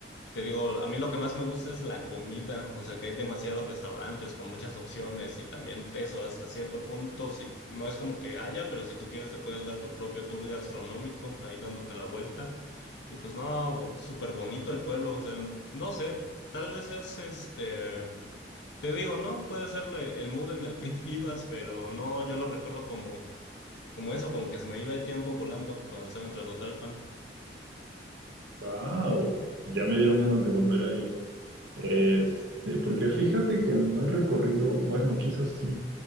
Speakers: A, on the left; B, on the right.
A: Te digo, a mí lo que más me gusta es la comida, o sea que hay demasiados restaurantes con muchas opciones y también eso hasta cierto punto, si no es como que haya, pero si tú quieres te puedes dar tu propio tour gastronómico ahí dándote la vuelta. Y pues no, bo- súper bonito el pueblo, o sea, no sé, tal vez es este, te digo, ¿no? Puede ser le- el mood en el que <laughs> ibas, pero no, yo lo recuerdo como, como eso, como que se me iba el tiempo volando cuando estaba en Tlacotalpan.
B: ¡Wow! Ya me dieron ganas de volver a ir. Este, porque fíjate que no he recorrido, bueno, quizás sí.